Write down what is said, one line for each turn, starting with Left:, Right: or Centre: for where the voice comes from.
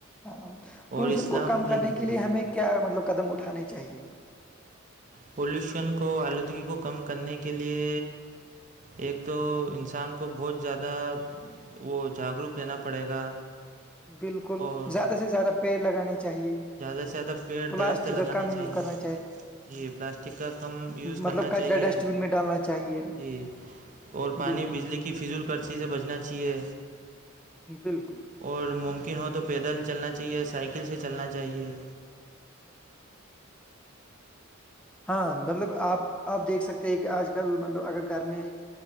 Centre: ہاں پولوشن
Right: اور اسلام
Centre: کو کم
Right: بھی
Centre: کرنے کے
Right: جی
Centre: لیے ہمیں کیا مطلب قدم اٹھانے چاہیے
Right: پولوشن کو آلودگی کو کم کرنے کے لیے ایک تو انسان کو بہت زیادہ وہ جاگروک لینا پڑے گا
Centre: بالکل
Right: اور
Centre: زیادہ سے زیادہ پیڑ لگانے چاہیے
Right: زیادہ سے زیادہ پیڑ
Centre: پلاسٹک
Right: درخت لگانے
Centre: کا کم یوز
Right: چاہیے
Centre: کرنا
Right: جی پلاسٹک کا کم یوز
Centre: مطلب
Right: کرنا
Centre: کچرا
Right: چاہیے
Centre: ڈسٹ بین میں ڈالنا چاہیے
Right: جی اور پانی
Centre: بالکل
Right: بجلی کی فضول کررچی سے بچنا چاہیے
Centre: بالکل
Right: اور ممکن ہو تو پیدل چلنا چاہیے سائیکل سے چلنا چاہیے
Centre: ہاں مطلب آپ آپ دیکھ سکتے ہیں کہ آج کل مطلب اگر گھر میں